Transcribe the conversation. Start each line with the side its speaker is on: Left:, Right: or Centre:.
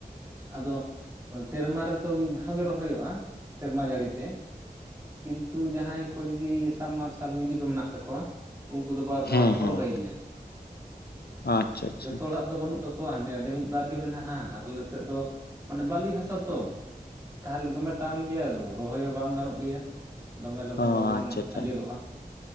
Right: ᱟᱫᱚ ᱥᱮᱨᱢᱟ ᱨᱮᱫᱚ ᱢᱤᱫ ᱫᱷᱟᱣ ᱜᱮ ᱨᱚᱦᱚᱭᱚᱜᱼᱟ ᱥᱮᱨᱢᱟ ᱡᱟᱹᱲᱤ ᱛᱮ ᱠᱤᱱᱛᱩ ᱡᱟᱦᱟᱸᱭ ᱠᱚ ᱡᱩᱫᱤ ᱥᱟᱵᱢᱟᱨᱥᱟᱞ ᱢᱤᱱᱤ ᱠᱚ ᱢᱮᱱᱟᱜ ᱛᱟᱠᱚᱣᱟ ᱩᱱᱠᱩ ᱫᱚ ᱵᱟᱨ ᱫᱷᱟᱣ
Left: ᱦᱮᱸ
Right: ᱦᱚᱸᱠᱚ
Left: ᱦᱮᱸ
Right: ᱨᱚᱦᱚᱭ ᱜᱮᱭᱟ᱾
Left: ᱟᱪᱪᱷᱟ ᱟᱪᱪᱷᱟ
Right: ᱡᱚᱛᱚ ᱦᱚᱲᱟᱜ ᱫᱚ ᱵᱟᱹᱱᱩᱜ ᱛᱟᱠᱚᱣᱟ ᱦᱟᱸᱰᱮ ᱱᱟᱸᱰᱮ ᱢᱤᱫ ᱵᱟᱨ ᱜᱮ ᱢᱮᱱᱟᱜ-ᱟ ᱟᱨ ᱟᱞᱮ ᱥᱮᱫ ᱫᱚ ᱢᱟᱱᱮ ᱵᱟᱹᱞᱤ ᱦᱟᱥᱟ ᱛᱚ ᱛᱟᱦᱚᱞᱮ ᱫᱚᱢᱮ ᱴᱟᱱ ᱜᱮᱭᱟ ᱨᱚᱦᱚᱭ ᱦᱚᱸ ᱵᱟᱝ ᱜᱟᱱᱚᱜ ᱜᱮᱭᱟ ᱫᱚᱢᱮ ᱞᱚᱜᱚᱱ
Left: ᱚ
Right: ᱞᱚᱜᱚᱱ
Left: ᱟᱪᱪᱷᱟ ᱟᱪᱪᱷᱟ
Right: ᱟᱸᱡᱮᱫᱚᱜᱼᱟ